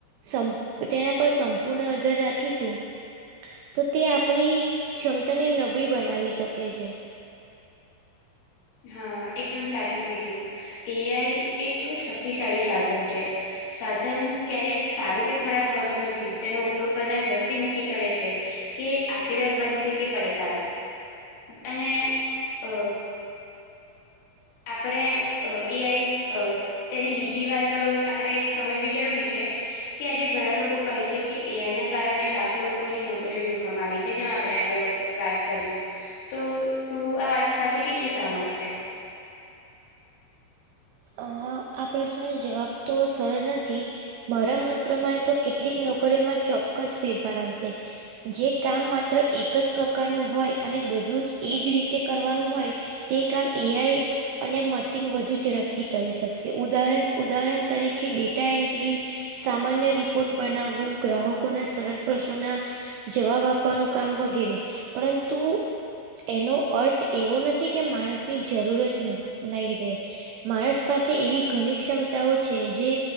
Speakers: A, on the right (about 85°); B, on the left (about 80°).
A: સંમ તેના પર સંપૂર્ણ આધાર રાખીશું તો તે આપણી ક્ષમતાને નબળી બનાવી શકે છે.
B: હા, એકદમ સાચું કીધું. એ આઈ એક શક્તિશાળી સાધન છે, સાધન ક્યારે સારું કે ખરાબ હોતું નથી, તેનો ઉપયોગ કરનાર વ્યક્તિ નક્કી કરે છે કે આશીર્વાદ બનશે કે પડકાર.
A: <inaudible>
B: અને અ આપણે અ એ આઈ અ તેની બીજી વાત આપડે સમજવી જરૂરી છે. કે આજે ઘણા લોકો કહે છે કે, એઆઈના કારણે લાખો લોકોની નોકરીઓ જોખમ આવી છે જેમ આપડે આગળ વ વાત કરી તો તું આ વાત સાથે કેટલી સહમત છે?
A: અ આ પ્રશ્નનો જવાબ તો સરળ નથી. મારા મત પ્રમાણે તો કેટલીક નોકરીઓમાં ચોક્કસ ફેરફાર આવશે. જે કામ માત્ર એક જ પ્રકારનું હોય અને દરરોજ એજ રીતે કરવાનું હોય તે કામ એ આઈ અને મશીન વધુ જ ઝડપ થી કરી શકશે. ઉદાહરણ ઉદાહરણ તરીકે ડેટા એન્ટ્રી સામાન્ય રિપોર્ટ બનાવવું, ગ્રાહકોના સરળ પ્રશ્નોના જવાબ આપવાનું કામ વગેરે, પરંતુ એનો અર્થ એવો નથી કે માણસની જરૂર જ ન નહી રહે. માણસ પાસે એવી ઘણી ક્ષમતાઓ છે જે